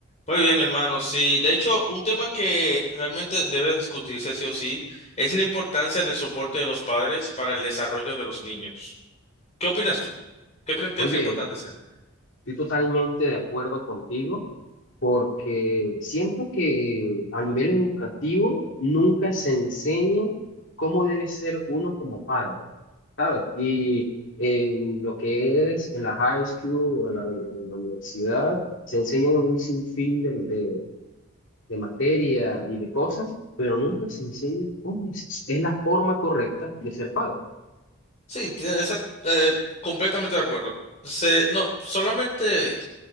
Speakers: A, on the left (about 30°); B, on the left (about 55°).
A: Muy bien, hermano. Sí, de hecho, un tema que realmente debe discutirse sí o sí es la importancia del soporte de los padres para el desarrollo de los niños. ¿Qué opinas tú? ¿Qué crees que
B: Oye,
A: es importante ser?
B: estoy totalmente de acuerdo contigo porque siento que a nivel educativo nunca se enseña cómo debe ser uno como padre, ¿sabes? Y en lo que es en la high school o en la, en la universidad, se enseñan un sinfín de, de, de materias y de cosas, pero nunca se enseña cómo es, es la forma correcta de ser padre,
A: Sí, tie- esa- eh, completamente de acuerdo. Se, no, solamente